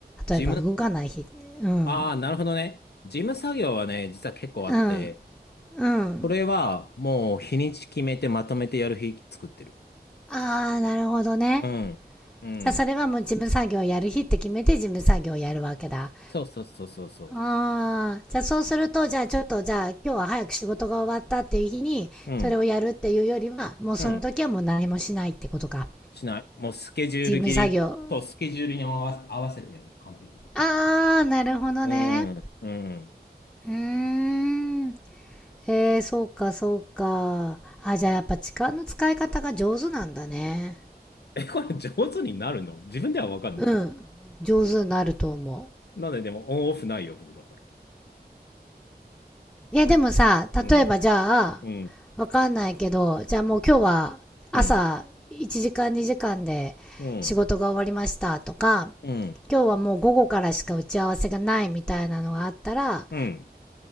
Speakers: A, in the centre; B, on the left (about 80°).
A: 例えば動かない日。
B: 事務、
A: うん。
B: ああ、なるほどね。事務作業はね、実は結構あって、
A: うん。うん。
B: それはもう日にち決めてまとめてやる日作ってる。
A: ああ、なるほどね。
B: うん、うん、
A: じゃあ、それはもう事務作業やる日って決めて事務作業やるわけだ。
B: そうそうそうそうそ
A: ああ、じゃあそうすると、じゃあちょっと、じゃあ今日は早く仕事が終わったっていう日に、
B: う。うん、
A: それをやるっていうよりは、もうその時はもう何もしないってことか。
B: うん。しない。もうスケジュール切りとスケジュールに合わ、
A: 事務作業。
B: 合わせてやる。完璧に。
A: ああ、なるほどね。
B: うん、うん、
A: うーん。えー、そうか、そうか。あ、じゃあやっぱ時間の使い方が上手なんだね。
B: え、これ上手になるの自分では分かんない。
A: うん。上手になると思う。
B: なんででもオンオフないよ、僕だから。
A: いやでもさ、
B: うん、
A: 例えばじゃあ、
B: うん、
A: わかんないけど、じゃあもう今日は朝1時間2時間で仕事が終わりましたとか、
B: うん、うん、うん、
A: 今日はもう午後からしか打ち合わせがないみたいなのがあったら、
B: うん、うん、